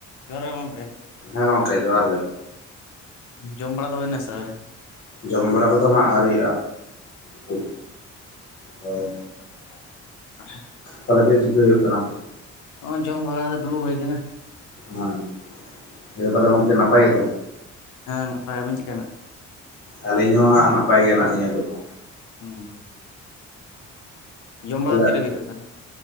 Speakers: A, on the left; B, on the left.
A: ᱡᱚᱦᱟᱨ ᱜᱮ ᱜᱚᱝᱠᱮ᱾
B: ᱦᱮᱸ ᱜᱚᱝᱠᱮ ᱡᱚᱦᱟᱨ ᱜᱮ ᱾
A: ᱡᱚᱢ ᱵᱟᱲᱟ ᱫᱚ ᱦᱩᱭᱱᱟ ᱥᱮ ᱟᱹᱣᱨᱤ?
B: ᱡᱚᱢ ᱵᱟᱲᱟ ᱠᱚᱫᱚ ᱦᱟᱸᱜ ᱟᱹᱣᱨᱤ ᱦᱩᱭᱩᱜᱼᱟ ᱦᱳᱭ᱾
A: ᱮᱦᱮ
B: ᱛᱟᱦᱚᱞᱮ ᱪᱮᱫ ᱪᱤᱠᱟᱹᱭ ᱦᱩᱭᱩᱜ ᱠᱟᱱᱟ?
A: ᱱᱚᱸᱜᱼᱚᱭ ᱡᱚᱢ ᱵᱟᱨᱟ ᱠᱟᱛᱮ ᱫᱩᱲᱩᱵ ᱦᱩᱭ ᱠᱟᱱᱟ ᱾
B: ᱦᱳᱭ ᱟᱫᱚ ᱛᱟᱦᱚᱞᱮ ᱜᱚᱝᱠᱮ ᱱᱟᱯᱟᱭ ᱜᱮᱛᱚ?
A: ᱦᱮᱸ ᱱᱟᱯᱟᱭ ᱟᱵᱮᱱ ᱪᱤᱠᱟᱱ ᱦᱟᱸᱜ
B: ᱟᱹᱞᱤᱧ ᱦᱚᱸ ᱦᱟᱸᱜ ᱱᱟᱯᱟᱭ ᱜᱮ ᱦᱮᱱᱟᱜ ᱞᱤᱧᱟᱹ ᱱᱤᱛᱚᱜ᱾
A: ᱚᱸ ᱡᱚᱢ
B: ᱛᱟᱦᱚᱞᱮ
A: ᱵᱟᱲᱟ ᱛᱤᱨᱮ ᱦᱩᱭᱩᱜᱼᱟ ᱛᱟᱦᱚᱞᱮ?